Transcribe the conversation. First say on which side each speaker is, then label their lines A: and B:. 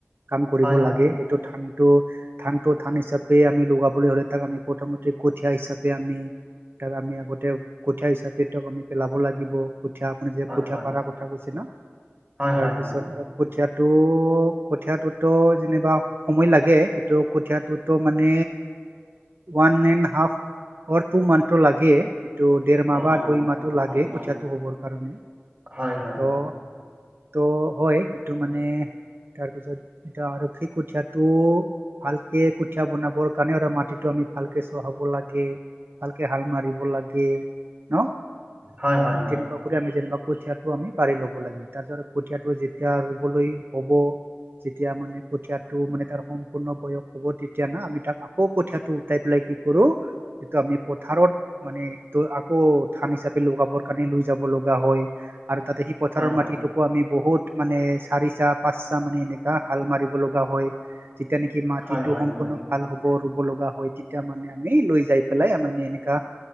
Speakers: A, on the right; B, on the right.
A: কাম কৰিব
B: হয় হয়
A: লাগে এইটো ধানটো ধানটো ধান হিচাপে আমি লগাবলৈ হ'লে তাক আমি প্ৰথমতে কঠীয়া হিচাপে আমি তাক আমি আগতে কঠীয়া হিচাপে তেওঁক আমি পেলাব লাগিব কঠীয়া আপুনি যে
B: হয়
A: কঠীয়া
B: হয়
A: পাৰা কথা কৈছে ন!
B: হয়
A: তাৰপিছত
B: হয় হয়
A: কঠিয়াত টো কঠিয়টোতো যেনিবা সময় লাগে এইটো কঠিয়া টোতো মানে one and half or two মান্থটো লাগে এইটো ডেৰমাহ
B: অ
A: বা দুইমাহটো
B: অ
A: লাগে
B: অ
A: কঠীয়াটো
B: অ
A: হ'বৰ কাৰণে,
B: হয় হয়
A: ত'
B: হয়
A: ত' হয় এইটো মানে তাৰ পিছত এ আৰক্ষী কুঠিয়টো ভালকে কুঠিয়া বনাবৰ কাৰণে আৰু মাটিতটো আমি আমি ভালকে চহাব লাগে ভালকে হাল মাৰিব লাগে ন।
B: হয় হয়
A: তেনেকুৱা কৰি আমি যেনা কঠিয়াটো আমি পাৰি ল'ব লাগে। তাৰপিছত কঠীয়াটো যেতিয়া ৰুবলৈ হ'ব যেতিয়া মানে কঠিয়াটো মানে তাৰ সম্পূৰ্ণ বয়স হ'ব তেতিয়া না আমি তাক আকৌ কঠিয়টো উটাই পেলাই কি কৰো এইটো আমি পথাৰত মানে এইটো আকৌ ধান হিচাপে লগাবৰ কাৰণে লৈ যাব লগা হয় আৰু তাতে সি
B: হয়
A: পথাৰৰ
B: হয়
A: মাটিটোকো আমি বহুত মানে চাৰি চাহ -পাঁচ চাহ মানে এনেকা হাল মাৰিব লগ গা হয় তেতিয়া নেকি
B: হয়
A: মাটিটো
B: হয় হয়
A: সম্পূৰ্ণ
B: হয়
A: ভাল হ'ব হ'ব ৰুব লগা হয় তেতিয়া মানে আমি লৈ যাই পেলাই মানে এনেকা